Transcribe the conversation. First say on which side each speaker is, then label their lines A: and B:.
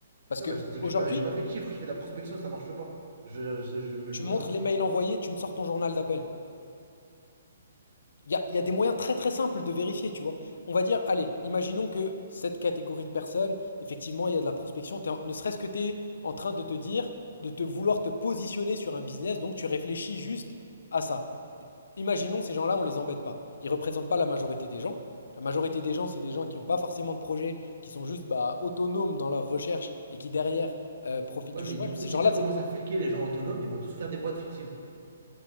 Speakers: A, on the left; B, on the right.
A: Parce
B: Ouais,
A: que
B: bah, je te dis
A: aujourd'hui,
B: que j'ai pas, j'ai pas fait de chiffres, je fais de la prospection, ça marche pas. Je, je- je- je me
A: tu
B: je me
A: montres
B: lance.
A: les mails envoyés, tu me sors ton journal d'appel. Il y a, il y a des moyens très très simples de vérifier, tu vois. On va dire, allez, imaginons que cette catégorie de personnes, effectivement, il y a de la prospection. T'es en- ne serait-ce que tu es en train de te dire, de te vouloir te positionner sur un business, donc tu réfléchis juste à ça. Imaginons ces gens-là, on les embête pas. Ils représentent pas la majorité des gens. La majorité des gens, c'est des gens qui n'ont pas forcément de projet, qui sont juste bah, autonomes dans leur recherche et qui derrière euh, profitent
B: Ouais,
A: du
B: mais
A: chômage.
B: du coup,
A: Ces
B: si
A: gens-là,
B: tu commences
A: c'est
B: à fliquer les gens autonomes, ils vont tous faire des boîtes fictives.